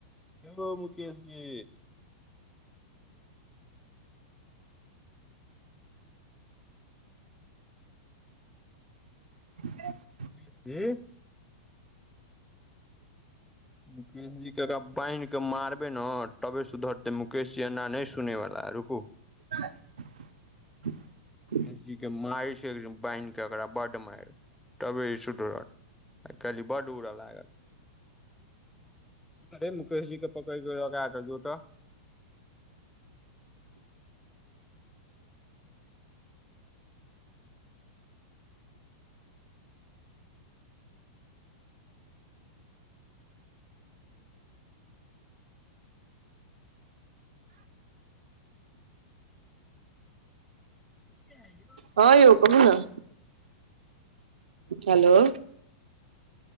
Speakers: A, in the centre; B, on the right.
A: यौ मुकेश जी
B: <inaudible>
A: मुकेश जी मुकेश जीे एकरा बान्हि कऽ मारबै ने तबे सुधरतै मुकेशजी आना नय सुनैवला रुकू।
B: <unintelligible>
A: मुकेश जी के मार छै एक बहिनक के एकरा बड्ड मार तबे ई सुधरत। आय काइहल बड उरा लागल हे मुकेशजी के पकड़ क लक आ त जो त। <inaudible>
B: हँ यौ कहु न हेलो